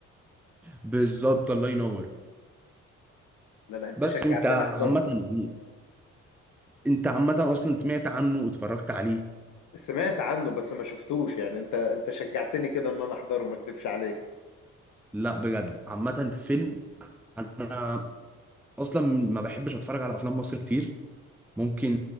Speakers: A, in the centre; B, on the left (about 50°).
A: بالظبط الله ينور
B: لا لا انت
A: بس
B: شجعتني
A: انت عامة
B: احضره
A: يعني انت عامة اصلا سمعت عنه واتفرجت عليه
B: سمعت عنه بس ما شفتوش يعني انت انت شجعتني كده ان انا احضره ما اكدبش عليك
A: لا بجد عامة فيلم انا اصلا ما بحبش اتفرج على افلام مصر كتير ممكن